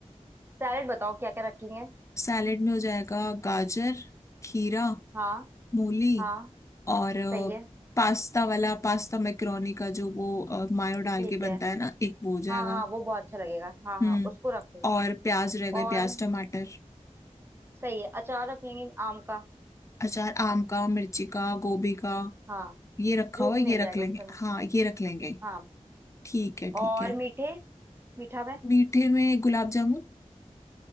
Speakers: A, on the right (about 20°); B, on the left (about 25°).
A: सैलेड बताओ क्या क्या रखेंगे
B: सैलेड में हो जाएगा गाजर खीरा
A: हाँ
B: मूली
A: हाँ
B: और अ,
A: सही है
B: पास्ता वाला पास्ता मैक्रोनी का जो वो अ, मायो डाल
A: ठीक
B: के बनता
A: है
B: है ना एक वो हो जाएगा
A: हाँ हाँ वो बहुत अच्छा लगेगा हाँ
B: हम्म
A: हाँ उसको रखें
B: और प्याज रह गए
A: और
B: प्याज टमाटर
A: सही है अचार रख लेंगे आम का
B: अचार आम का मिर्ची का गोभी का
A: हाँ
B: ये रखा
A: जो
B: हुआ
A: भी
B: है,
A: मिल
B: ये रख
A: जाएगा
B: लेंगे
A: उस समय
B: हाँ ये रख लेंगे
A: हाँ
B: ठीक है ठीक
A: और
B: है
A: मीठे मीठा में
B: मीठे में गुलाब जामुन